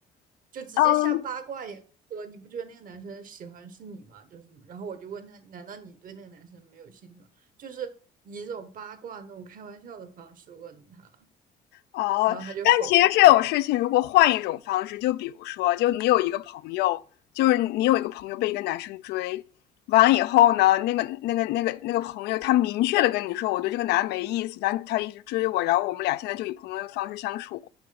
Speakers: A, on the right; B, on the left.
A: 就直接像八卦一样说，
B: 嗯，
A: 你不觉得那个男生喜欢是你吗？就是什么，然后我就问他，难道你对那个男生没有兴趣吗？就是以一种八卦那种开玩笑的方式问的他，
B: 哦，
A: 然后他就否认。
B: 但其实这种事情，如果换一种方式，就比如说，就你有一个朋友，就是你有一个朋友被一个男生追，完了以后呢，那个那个那个那个朋友，他明确的跟你说，我对这个男的没意思，但他一直追我，然后我们俩现在就以朋友的方式相处。